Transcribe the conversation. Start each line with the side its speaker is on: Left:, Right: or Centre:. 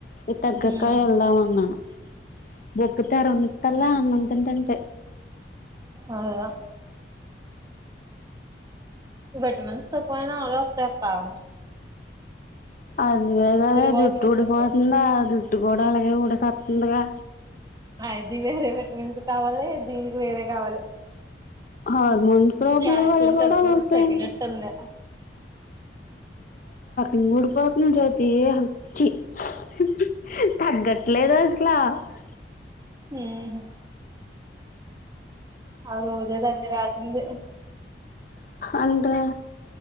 Left: ఈ తగ్గక
Right: ఉమ్
Left: ఎళ్దామన్నాను బుకత్ తరున్నంతర్ల
Right: ఉమ్
Left: అన్నం తింటుంటే
Right: అదా విటమిన్స్ తో పోయినా అగో త్తేత్తగు
Left: అందుగే గదా
Right: వాపులు
Left: జుట్టు
Right: వచ్చేస్తాయి
Left: ఊడిపోతుందా ఆ జుట్ ట్టు కూడా అలాగే ఉడెసోతుందిగా
Right: అ ఇది వేరే విటమిన్సు కావాలి దీనికి వేరే కావాలి
Left: అవును అమౌంట్ ప్రాబ్లం
Right: కాల్షియం
Left: వల్ల కూడా
Right: తగ్గి
Left: వస్తయంటా
Right: తగ్గినట్టుంది
Left: ఇంగుడు పో కుం జోతి హచ్చి హహహ <unintelligible> తగ్గట్లేదు అసలు అది
Right: ఊహు అరుదే దాని రాజ్ ఉంది
Left: అండ్ర